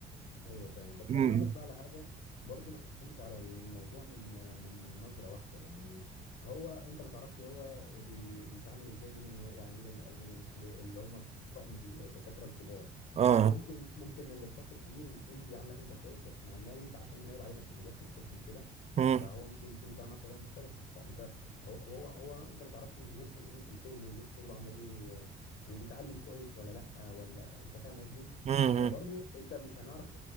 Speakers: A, on the left; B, on the right.
A: ايوه فاهم بس
B: امم
A: انا اقول لك بقى على حاجه برضو ما تحكمش على الموضوع من من نظره واحده يعني هو انت ما تعرفش هو بي بيتعامل ازاي من انه يعني من ال من ال- اللي هم طقم الدكاتره الكبار
B: اه
A: ما ممكن ممكن الاستاف الكبير يكون بيعاملك انت كويس بس مع النايب عشان النايب عليه مسؤوليات في القسم وكده
B: مم.
A: فهو ممكن يكون بيتعامل معاه بطريقه مختلفه فانت هو هو هو انت ما تعرفش ظروفه ايه في الشغل وظروف شغله عامله ايه و- وبيتعلم كويس ولا لا ولا انت فاهم قصدي
B: امم
A: فبرضو انت مش هنعرف اه،